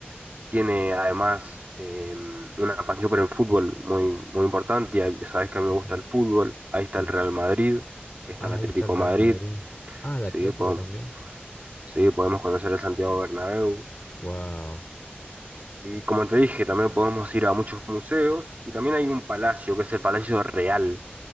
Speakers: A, on the right (about 40°); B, on the left (about 40°).
A: tiene además eh, una pasión por el fútbol muy, muy importante. Y sabes que a mí
B: ajá,
A: me gusta el fútbol. Ahí
B: sí.
A: está el Real Madrid, está
B: Ah,
A: el Atlético
B: ahí está el
A: de
B: Real
A: Madrid.
B: Madrid. Ah, el
A: Sí,
B: Atlético
A: podemos,
B: también.
A: sí, podemos conocer el Santiago Bernabéu.
B: Wow,
A: Y como te dije, también podemos ir a muchos museos. Y también hay un palacio, que es el Palacio Real,